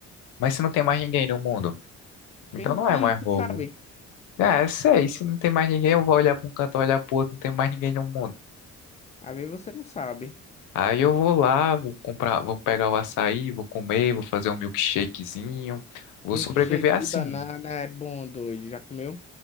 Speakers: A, on the left; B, on the left.
A: Mas se não tem mais ninguém no mundo,
B: Quem
A: então não
B: que
A: é mais
B: tu
A: roubo.
B: sabe?
A: É, sei, se não tem mais ninguém, eu vou olhar para um canto, olhar pro outro, não tem mais ninguém no mundo.
B: Às vezes você não sabe.
A: Aí eu vou lá, vou comprar, vou pegar o açaí, vou comer, vou fazer um milkshakezinho. Vou
B: Milkshake
A: sobreviver assim,
B: de banana é bom, doido. Já comeu?